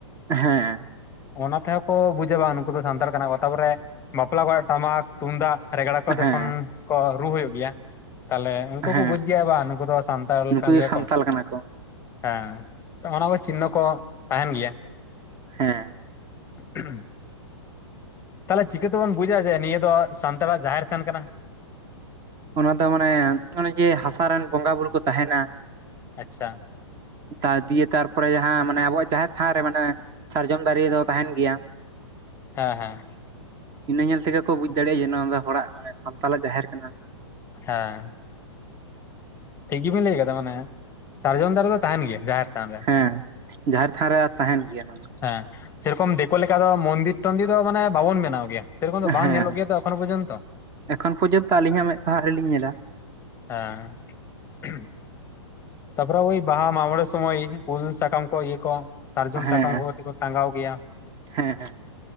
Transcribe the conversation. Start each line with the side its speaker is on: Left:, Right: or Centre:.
Right: ᱦᱮᱸ
Left: ᱚᱱᱟ ᱛᱮᱦᱚᱸ ᱠᱚ ᱵᱩᱡᱟ ᱵᱟᱝ ᱱᱩᱠᱩ ᱫᱚ ᱥᱟᱱᱛᱟᱲ ᱠᱟᱱᱟ ᱠᱚ ᱛᱟᱯᱚᱨᱮ ᱵᱟᱯᱞᱟ ᱠᱚᱨᱮᱜ ᱴᱟᱢᱟᱠ, ᱛᱩᱢᱫᱟᱜ, ᱨᱮᱜᱽᱲᱟ ᱠᱚ ᱡᱚᱠᱷᱚᱱ
Right: ᱦᱮᱸ
Left: ᱠᱚ ᱨᱩ ᱦᱩᱭᱩᱜ ᱜᱮᱭᱟ᱾ ᱛᱟᱦᱞᱮ ᱩᱱᱠᱩ
Right: ᱦᱮᱸ
Left: ᱠᱚ ᱵᱩᱡᱽ ᱜᱮᱭᱟ ᱵᱟᱝ ᱱᱩᱠᱩ ᱫᱚ ᱥᱟᱱᱛᱟᱞ
Right: ᱱᱩᱠᱩ
Left: ᱠᱟᱱ
Right: ᱫᱚ
Left: ᱜᱮᱭᱟ
Right: ᱥᱟᱱᱛᱟᱞ
Left: ᱠᱚ᱾
Right: ᱠᱟᱱᱟ ᱠᱚ
Left: ᱦᱮᱸ ᱚᱱᱟ ᱠᱚ ᱪᱤᱱᱦᱚ ᱠᱚ ᱛᱟᱦᱮᱱ ᱜᱮᱭᱟ᱾
Right: ᱦᱮᱸ
Left: ᱦᱩᱸ ᱛᱟᱦᱚᱞᱮ ᱪᱤᱠᱟᱹ ᱛᱮᱵᱚᱱ ᱵᱩᱡᱟ ᱡᱮ ᱱᱤᱭᱟᱹ ᱫᱚ ᱥᱟᱱᱛᱟᱲᱟᱜ ᱡᱟᱦᱮᱨ ᱛᱷᱟᱱ ᱠᱟᱱᱟ?
Right: ᱚᱱᱟ ᱫᱚ ᱢᱟᱱᱮ ᱚᱱᱮ ᱡᱮ ᱦᱟᱥᱟ ᱨᱮᱱ ᱵᱚᱸᱜᱟ ᱵᱩᱨᱩ ᱠᱚ ᱛᱟᱦᱮᱱᱟ᱾
Left: ᱟᱪᱪᱷᱟ,
Right: ᱛᱟᱨ ᱫᱤᱭᱮ ᱛᱟᱨᱯᱚᱨᱮ ᱡᱟᱦᱟᱸ ᱢᱟᱱᱮ ᱟᱵᱚᱣᱟᱜ ᱡᱟᱦᱮᱨ ᱛᱷᱟᱱ ᱨᱮ ᱢᱟᱱᱮ ᱥᱟᱨᱡᱚᱢ ᱫᱟᱨᱮ ᱫᱚ ᱛᱟᱦᱮᱱ ᱜᱮᱭᱟ᱾
Left: ᱦᱮᱸ ᱦᱮᱸ
Right: ᱤᱱᱟᱹ ᱧᱮᱞ ᱛᱮᱜᱮ ᱠᱚ ᱵᱩᱡᱽ ᱫᱟᱲᱮᱭᱟᱜ-ᱟ, ᱡᱮ ᱱᱚᱣᱟ ᱫᱚ ᱦᱚᱲᱟᱜ ᱥᱟᱱᱛᱟᱞᱟᱜ ᱡᱟᱦᱮᱨ ᱠᱟᱱᱟ᱾
Left: ᱦᱮᱸ ᱴᱷᱤᱠ ᱜᱮᱵᱤᱱ ᱞᱟᱹᱭ ᱠᱟᱫᱟ ᱢᱟᱱᱮ ᱥᱟᱨᱡᱚᱢ ᱫᱟᱨᱮ ᱫᱚ ᱛᱟᱦᱮᱱ ᱜᱮᱭᱟ ᱡᱟᱦᱮᱨ ᱛᱷᱟᱱ ᱨᱮ᱾
Right: ᱦᱮᱸ ᱡᱟᱦᱮᱨ ᱛᱷᱟᱱ ᱨᱮ ᱟᱨ ᱛᱟᱦᱮᱱ ᱜᱮᱭᱟ ᱚᱱᱟ ᱫᱚ᱾
Left: ᱦᱮᱸ ᱥᱮᱨᱚᱠᱚᱢ ᱫᱮᱠᱳ ᱞᱮᱠᱟ ᱫᱚ ᱢᱚᱱᱫᱤᱨ ᱴᱚᱱᱫᱤᱨ ᱫᱚ ᱢᱟᱱᱮ ᱵᱟᱵᱚᱱ ᱵᱮᱱᱟᱣ ᱜᱮᱭᱟ᱾ ᱥᱮᱨᱚᱠᱚᱢ ᱫᱚ ᱵᱟᱝ
Right: ᱦᱮᱸ
Left: ᱧᱮᱞᱚᱜ ᱜᱮᱭᱟ ᱛᱚ ᱮᱠᱷᱚᱱᱚ ᱯᱚᱨᱡᱚᱱ ᱛᱚ᱾
Right: ᱮᱠᱷᱚᱱ ᱯᱚᱨᱡᱚᱱᱛᱚ ᱟᱹᱞᱤᱧᱟᱜ ᱢᱮᱫ ᱛᱮᱦᱚᱸ ᱟᱹᱣᱨᱤ ᱞᱤᱧ ᱧᱮᱞᱟ
Left: ᱦᱮᱸ ᱛᱟᱯᱚᱨᱮ ᱳᱭ ᱵᱟᱦᱟ ᱢᱟᱜ-ᱢᱚᱬᱮ ᱥᱚᱢᱚᱭ ᱩᱞ ᱥᱟᱠᱟᱢ ᱠᱚ ᱤᱭᱟᱹ ᱠᱚ ᱥᱟᱨᱡᱚᱢ
Right: ᱦᱮᱸ
Left: ᱥᱟᱠᱟᱢ ᱠᱚ ᱠᱟᱛᱮ ᱠᱚ ᱴᱟᱸᱜᱟᱣ ᱜᱮᱭᱟ᱾
Right: ᱦᱮᱸ